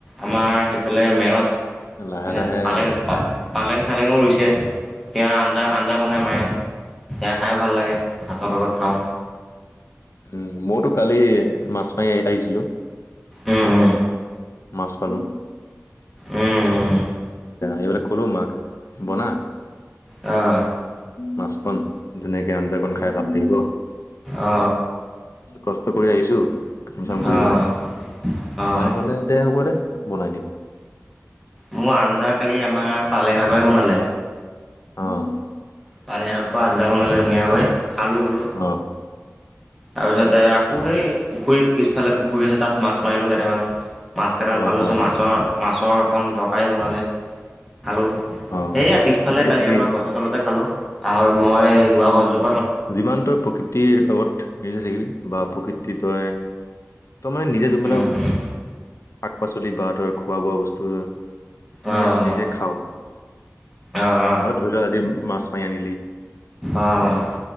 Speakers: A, in the centre; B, on the left (about 60°).
A: আমাৰ সেইফালে মেৰত
B: লাহে
A: নে
B: লাহে
A: তোমালে <unintelligible> পায় পালেং চালেঙো ৰুইছে সেয়াৰ আঞ্জা আঞ্জা বনাই মায়ে সেয়া খায়ো ভাল লাগে। ভাতৰ লগত খাওঁ।
B: উম মইতো কালি মাছ মাৰি আহিছিলো।
A: উম উম
B: মাছ পালো।
A: উম উম
B: এইবেলাক কলোঁ মাক বনা
A: আহ!
B: মাছখন ধুনীয়াকে আঞ্জাকন খাই ভাল লাগিব।
A: অ অ
B: কষ্ট কৰি আহিছো কাম চাম
A: অ
B: কৰি পেলাই
A: অ। অ'
B: মায়ে কলে দে হ'ব দে। বনাই দিম।
A: মোৰ আঞ্জা কালি আমাৰ পালেং শাকৰে বনালে
B: অঁ!
A: পালেহে আকৌ আঞ্জা বনালে ধুনীয়াকৈ খালো বোলো।
B: অ
A: তাৰপিছতে আকৌ সেই পুখুৰীৰ পিছফালে, পুখুৰী আছে তাত মাছ মাৰিলো কেইটামান। মাছ কেইটামান
B: অ
A: পালো,
B: অ
A: মাছৰ-মাছৰ এখন তৰকাৰী বনালে। খালোঁ
B: অ
A: সেয়া পিছফালে
B: ঠিকেই
A: কালি
B: ঠিকেই
A: আমাৰ গছৰ তলতে খালোঁ আহ মই ৰুৱা গছ জো-
B: যিমানটোই প্ৰকৃতিৰ লগত নিজে থাকিবি বা প্ৰকৃতি তই তো মানে নিজে যোনবিলাক
A: উম, উম,
B: শাক পাচলি বা তই খোৱা বোৱা বস্তু মানে
A: অ',
B: নিজে খাৱ
A: অ', অ',
B: আৰু ধৰি লোৱা আজি মাছ মাৰি আনিলি
A: অ', অ'।